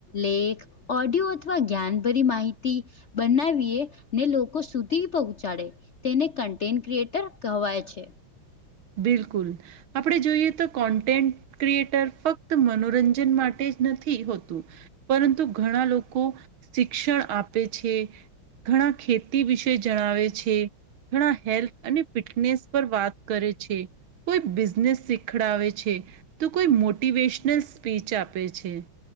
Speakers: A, on the left (about 50°); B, on the right (about 80°).
A: લેખ ઓડિયો અથવા જ્ઞાનભરી માહિતી બનાવીએ ને લોકો સુ તી પહોંચાડે તેને કન્ટેન્ટ ક્રિએટર કહેવાય છે.
B: બિલકુલ આપણે જોઈએ તો કોન્ટેન્ટ ક્રિએટર ફક્ત મનોરંજન માટે જ નથી હોતું. પરંતુ ઘણા લોકો શિક્ષણ આપે છે. ઘણા ખેતી વિશે જણાવે છે. ઘણા હેલ્થ અને ફિટનેસ પર વાત કરે છે. છે કોઈ બિઝનેસ શીખડાવે છે. તો કોઈ મોટિવેશનલ સ્પીચ આપે છે